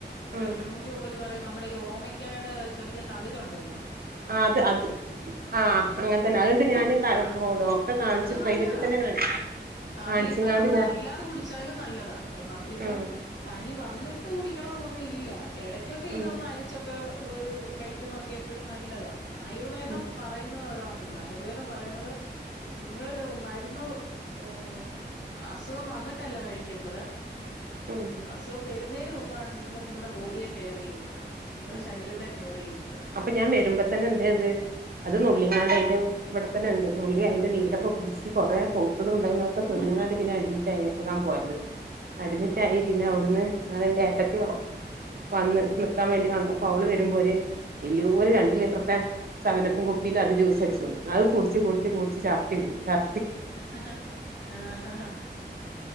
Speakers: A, on the left; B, on the right.
A: ഒരു
B: ഉം
A: ഒറ്റമൂലി പോലെ പറയാം നമ്മുടെ ഈ ഓമയ്ക്കായടെ ചെറിയ തളിരുണ്ടല്ലോ
B: ആ അത് അത് ആ
A: ഉം
B: അങ്ങനെ തന്നെ ആ ഇണ്ട് ഞാന്
A: ആഹ്
B: ഡോക്ടറെ കാണിച്ചു
A: അത്
B: പ്രൈവറ്റിൽ
A: നല്ലതാ
B: തന്നെ കാണിച്ചു.
A: ആ
B: കാണിച്ചിങ്ങാണ്ട്
A: അല്ല ഇപ്പ നമ്മൾ
B: ഞാൻ
A: അല്ലാതെ കുടിച്ചാലും നല്ലതാ ഇപ്പ നമ്മളിപ്പം
B: ഉം
A: പനി വന്നിട്ട് കുടിക്കണന്നൊന്നു ഇല്ല. ഇടയ്ക്കൊക്കെ ഇതൊന്ന്
B: ഉം
A: അരിച്ചൊക്കെ ഒരു കഴിക്കുന്നതൊക്കെ എപ്പോഴും നല്ലതാ ആയുർവേദം
B: ഉം
A: പറയുന്നത് അതാ. ആയുർവേദം പറയുന്നത് നിങ്ങള് മരുന്ന് ഓ അസുഖം വന്നിട്ടല്ല കഴിക്കേണ്ടത്.
B: ഉം
A: അസുഖം വരുന്നതിന് മുമ്പാണ് നിങ്ങള് നിങ്ങളുടെ ബോഡിയെ കെയർ ചെയ്യണ്ടത് നിങ്ങളുടെ
B: ഉം
A: ശരീരത്തെ കെയർ എയ്യേണ്ടത്.
B: അപ്പൊ ഞാൻ വരുമ്പോ തന്നെ എന്തേത് അത് നുള്ളിങ്ങാണ്ട്
A: ഉം
B: അയിന്റെ ഇവട് ത്തന്നെ ഇണ്ട്. നുള്ളി അയിന്റെ നീരൊക്കെ
A: ഉം
B: കുടിച്ച് കുറെ പൗത്തത് ഉണ്ടായിന്ന്
A: ആ
B: അതൊക്കെ നിന്ന്ങ്ങാണ്ട് പിന്നെ അടിമി റ്റായി ക്കാൻ പോയത് അഡ്മിറ്റായി
A: ആ
B: ആയി പിന്നെ അവിടുന്ന് ഇന്നലെന്റ്റെ ത്തി വന്ന് നിക്കാൻ വേണ്ടി വന്നപ്പോ അവള് വരുമ്പോര് വല്യോര് ഒരു രണ്ട് ലിറ്ററിന്റെ സെവൻ അപ്പ്‌ കുപ്പില് അത് ജ്യൂസ്‌ അടിച്ചു കൊണ്ടൊന്നു കുടിച് കുടിച് കുടിച് ചാർത്തി കു ചർ
A: ആഹഹഹ ആഹ ഹ.